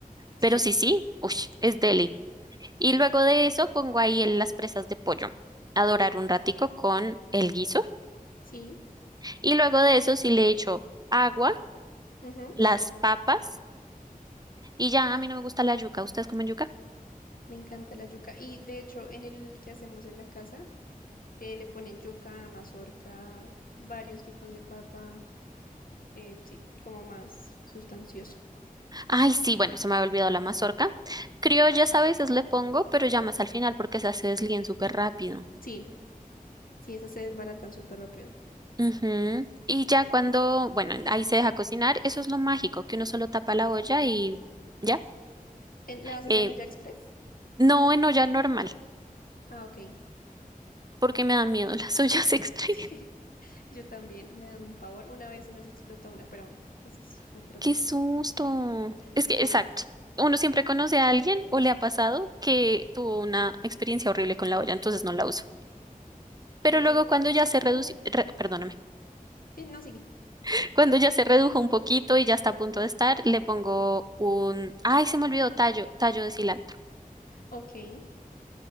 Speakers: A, on the right; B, on the left.
A: Pero
B: Sí,
A: sí, sí, uy, es deli. Y luego de eso pongo ahí el- las presas de pollo a dorar un ratico con el guiso.
B: sí,
A: Y luego de eso sí le echo agua,
B: ajá.
A: las papas y ya a mí no me gusta la yuca. ¿Ustedes comen yuca?
B: Me encanta la yuca. Y de hecho, en el que hacemos en la casa, eh, le ponen yuca, mazorca, varios tipos de papa. eh, sí, como más sustancioso.
A: Ay, sí, bueno, se me había olvidado la mazorca. Criollas a veces le pongo, pero ya más al final porque esas se deslíen súper rápido.
B: Sí, sí, esas se desbaratan súper rápido.
A: Ujú. Y ya cuando, bueno, ahí se deja cocinar, eso es lo mágico, que uno solo tapa la olla y ya.
B: ¿En, ¿la haces
A: Eh,
B: en olla express?
A: no en olla normal,
B: Ah, ok.
A: porque me dan miedo las ollas <laughs> extra.
B: Sí, <laughs> yo también, me dan un pavor. Una vez se nos explotó una, pero bueno, eso es otro.
A: Qué susto. Es
B: Sí.
A: que, exacto. Uno siempre conoce a alguien o le ha pasado que tuvo una experiencia horrible con la olla, entonces no la uso. Pero
B: Entonces,
A: luego cuando ya se redució, perdóname,
B: sí, no sigue.
A: <laughs> cuando ya se redujo un poquito y ya está a punto de estar, le pongo un, ay, se me olvidó, tallo, tallo de cilantro.
B: Ok.